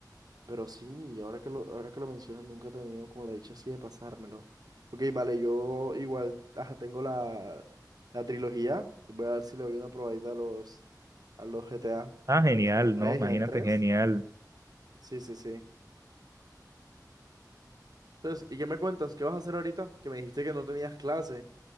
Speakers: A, on the right; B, on the right.
A: Pero sí, ahora que lo, ahora que lo mencionas, nunca he tenido como la dicha así de pasármelo. Ok, vale, yo igual ajá, tengo la, la trilogía. Voy a ver si le doy una probadita a los, a los GTA,
B: Ah, genial,
A: al San Andrés
B: ¿no? Imagínate,
A: y al tres,
B: genial.
A: Sí, sí, sí. Entonces, ¿y qué me cuentas? ¿Qué vas a hacer ahorita? Que me dijiste que no tenías clase.